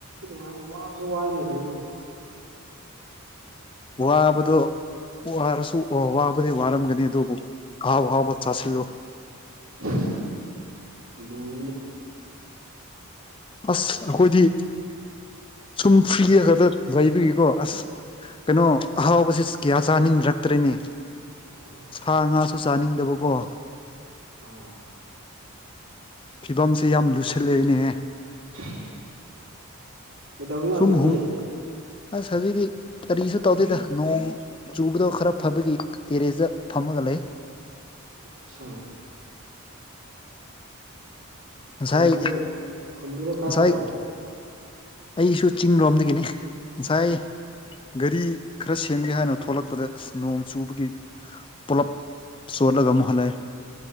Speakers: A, on the right; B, on the left.
A: ꯅꯨꯡꯉꯥꯏ ꯋꯥꯕꯁꯨ ꯋꯥꯏꯅꯤ ꯀꯩꯅꯣ
B: ꯋꯥꯕꯗꯣ ꯋꯥꯔꯁꯨ ꯋꯥꯕꯗꯤ ꯋꯥꯔꯝꯒꯅꯤ ꯑꯗꯨꯕꯨ ꯑꯥꯎ ꯍꯥꯎꯕ ꯆꯥꯁꯤꯜꯂꯨ
A: <unintelligible>
B: ꯑꯁ ꯑꯩꯈꯣꯏꯗꯤ ꯁꯨꯝ ꯐ꯭ꯔꯤ ꯑꯒꯗ ꯂꯩꯕꯤꯒꯀꯣ ꯑꯁ ꯀꯩꯅꯣ ꯑꯍꯥꯎꯕꯁꯤ ꯀꯌꯥ ꯆꯥꯅꯤꯡꯗꯔꯛꯇ꯭ꯔꯦꯅꯦ
A: ꯑꯣ
B: ꯁꯥ ꯉꯥꯁꯨ ꯆꯥꯅꯤꯡꯗꯕꯀꯣ
A: ꯑ
B: ꯐꯤꯕꯝꯁꯦ ꯌꯥꯝ ꯂꯨꯁꯜꯂꯦꯅꯦꯍꯦ
A: <inaudible> ꯀꯩꯗꯧꯋꯤꯅꯣ ꯍꯧꯖꯤꯛꯇꯤ
B: ꯁꯨꯝ ꯍꯨꯝ ꯑꯁ ꯍꯧꯖꯤꯛꯗꯤ ꯀꯔꯤꯁꯨ ꯇꯧꯗꯦꯗ ꯅꯣꯡ ꯆꯨꯕꯗꯣ ꯈꯔ ꯐꯕꯒꯤ ꯇꯦꯔꯦꯖꯇ ꯐꯝꯃꯒ ꯂꯩ
A: ꯁꯦ
B: ꯉꯁꯥꯏ
A: ꯈꯨꯟꯗꯔꯣ ꯈꯨꯟꯗꯔꯣ ꯀꯥꯏꯗꯔꯣ
B: ꯉꯁꯥꯏ ꯑꯩꯁꯨ ꯆꯤꯡ ꯂꯣꯝꯗꯒꯤꯅꯤ ꯉꯁꯥꯏ ꯒꯥꯔꯤ ꯈꯔ ꯁꯦꯝꯒꯦ ꯍꯥꯏꯅ ꯊꯣꯛꯂꯛꯄꯗ ꯅꯣꯡ ꯆꯨꯕꯒꯤ ꯄꯨꯂꯞ ꯆꯣꯠꯂꯒ ꯃꯨꯛ ꯍꯂꯛꯑꯦ